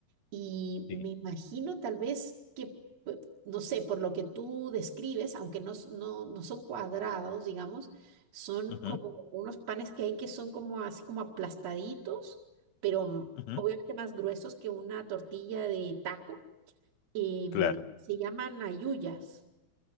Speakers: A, on the right; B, on the left.
A: Y
B: Sí,
A: me imagino tal vez que, pe- no sé, por lo que tú describes, aunque no, s- no, no son cuadrados, digamos, son
B: ujú,
A: como unos panes que hay que son como así como aplastaditos, pero mm,
B: ujú,
A: obviamente más gruesos que una tortilla de taco. em,
B: claro.
A: se llaman ayuyas